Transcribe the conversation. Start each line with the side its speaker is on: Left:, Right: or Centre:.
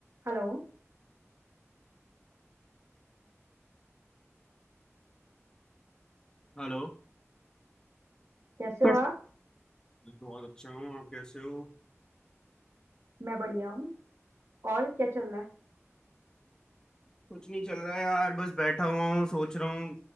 Right: Hello
Left: Hello
Right: कैसे
Left: पर
Right: हो आप
Left: मैं तो बहुत अच्छा हूँ आप कैसे हो
Right: मैं बढ़िया हूँ और क्या चल रहा है
Left: कुछ नहीं चल रहा है यार बस बैठा हुआ हूँ सोच रहा हूँ